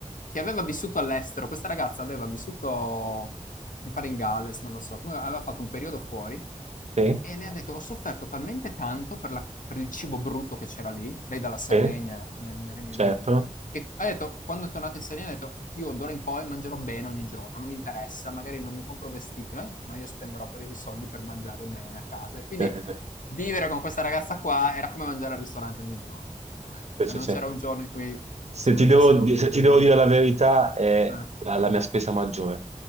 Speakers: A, on the left; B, on the right.
A: che aveva vissuto all'estero, questa ragazza aveva vissuto, mi pare in Galles, non lo so, comunque aveva fatto un periodo fuori
B: Sì,
A: e lei ha detto: "Ho sofferto talmente tanto per la per il cibo brutto che c'era lì", lei dalla Sardegna
B: sì,
A: nel nel Regno
B: certo.
A: Unito, che ha detto, quando è tornato in Sardegna, ha detto, io d'ora in poi mangerò bene ogni giorno, non mi interessa, magari non mi compro vestiti, eh, ma io spenderò per i soldi per mangiare bene a casa. E quindi
B: Sì, sì, sì.
A: vivere con questa ragazza qua era come mangiare al ristorante ogni giorno, praticamente.
B: Sì,
A: Cioè
B: sì,
A: non
B: sì.
A: c'era un giorno in cui
B: Se
A: si mangiasse
B: ti devo,
A: qualcosa
B: di- se ti
A: di...
B: devo dire la verità, è
A: eh.
B: la, la mia spesa maggiore.